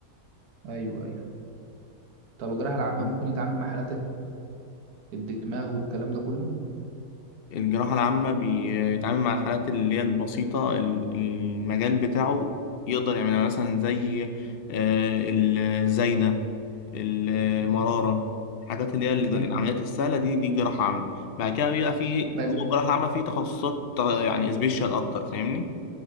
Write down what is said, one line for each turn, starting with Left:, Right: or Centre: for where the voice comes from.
Right: ايوه ايوه طب الجراحة العامة
Left: مم.
Right: ممكن يتعامل مع حالات الدماغ والكلام ده كله
Left: الجراحه العامه بيتعامل مع الحالات اللي هي البسيطه ال- المجال بتاعه يقدر يعملها يعني مثلا زي آه، الزايده المراره الحاجات اللي هي الج-
Right: مم.
Left: العمليات السهله دي دي جراحه عامه بعد كده بيبقى في جوه
Right: بس.
Left: الجراحه العامه في تخصصات آه، يعني سبيشال اكتر فاهمني